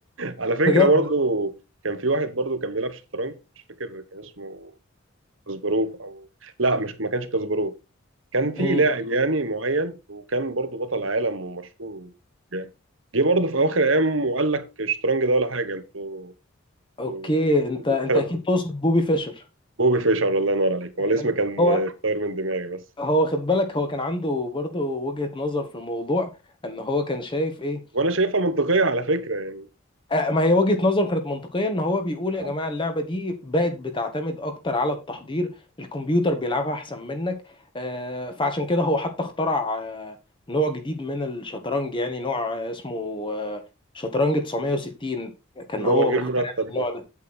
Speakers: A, on the right; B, on the left.
A: على فكرة
B: بجد
A: برضو كان في واحد برضو كان بيلعب شطرنج مش فاكر كان اسمه كاسباروف او لا مش ما كانش كاسباروف كان في
B: مم.
A: لاعب يعني معين وكان برضو بطل عالم ومشهور يعني جه برضه في اواخر ايام وقال لك الشطرنج ده ولا حاجه انتوا
B: اوكي
A: انتوا
B: انت انت
A: <laughs> بتحب
B: اكيد تقصد بوبي فيشر
A: بوبي فيشر الله ينور عليك هو
B: يعني
A: الاسم كان
B: هو
A: طاير من دماغي بس
B: هو خد بالك هو كان عنده برضه وجهة نظر في الموضوع ان هو كان شايف ايه
A: وانا شايفها منطقيه على فكره يعني
B: آه ما هي وجهة نظر كانت منطقية ان هو بيقول يا
A: آه،
B: جماعة اللعبة دي بقت بتعتمد اكتر على التحضير الكمبيوتر بيلعبها احسن منك آه فعشان كده هو حتى اخترع آه نوع جديد من الشطرنج يعني نوع آه اسمه آه شطرنج 960 كان
A: اللي
B: هو
A: هو غير
B: مخترع
A: مرتب
B: النوع
A: ده
B: ده